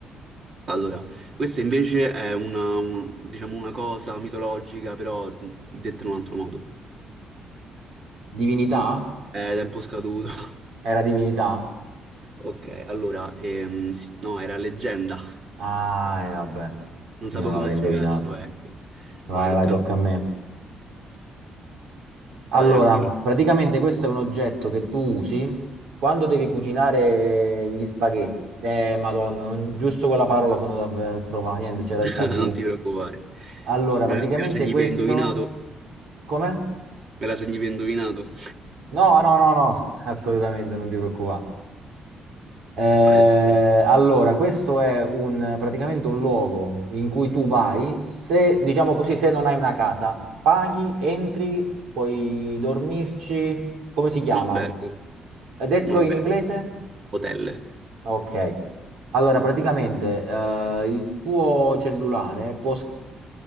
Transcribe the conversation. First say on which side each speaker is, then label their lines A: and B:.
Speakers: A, on the right (about 45°); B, on the right (about 80°).
A: Allora,
B: No.
A: questa invece è una, un- diciamo una cosa mitologica, però detta in un altro modo.
B: Divinità?
A: È tempo scaduto. <laughs>
B: Era divinità?
A: Ok, allora, ehm, sì- no, era leggenda.
B: Ah, e vabbè.
A: Non
B: Non
A: sapevo
B: l'avrei
A: come spiegartelo,
B: indovinato.
A: ecco.
B: Vai,
A: Vai, tocca
B: vai, tocca
A: a me.
B: a me. Allora,
A: Vai tranquillo.
B: praticamente questo è un oggetto che tu usi quando devi cucinare gli spaghetti. Eh, Madonna, non- giusto quella parola sono andato a trovare. Niente, c'era
A: <laughs>
B: il tabù.
A: Non ti preoccupare.
B: Allora,
A: Me
B: praticamente
A: la, me la segni
B: questo...
A: per indovinato?
B: Come?
A: Me la segni per indovinato? <laughs>
B: No, no, no, no, assolutamente, non ti preoccupare. Eh,
A: Vai tranquillo.
B: allora, questo è un, praticamente un luogo in cui tu vai, se, diciamo così, se non hai una casa, paghi, entri, puoi dormirci, come si chiama?
A: Un albergo,
B: È detto
A: un albergo.
B: in inglese?
A: Hotel,
B: Ok. Allora, praticamente eh, il tuo cellulare può, s-